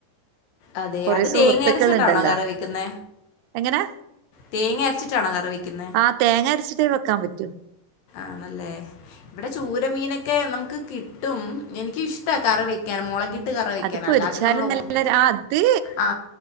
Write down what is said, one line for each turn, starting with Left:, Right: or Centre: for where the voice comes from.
Left: അതെ
Right: കൊറേ
Left: അത്
Right: സുഹൃത്തുക്കൾ
Left: തേങ്ങ അരച്ചിട്ടാണോ
Right: ഉണ്ടല്ലോ
Left: കറി വെക്കുന്ന
Right: എങ്ങനെ
Left: തേങ്ങ അരച്ചിട്ടാണോ കറി വക്കുന്നത്
Right: ആ തേങ്ങ അരച്ചിട്ടേ വെക്കാൻ പറ്റോ
Left: ആണല്ലേ ഇവിടെ ചൂരമീനൊക്കെ നമുക്ക് കിട്ടും എനിക്ക ഇഷ്ട കറി വെ ക്കാൻ മുളക ഇട്ട് കറി വെക്കാൻ
Right: അത് പൊരിച്ചാലും
Left: അല്ലാതെ നമ്മൾ ഓ
Right: നല്ല അഹ് അത്
Left: ആ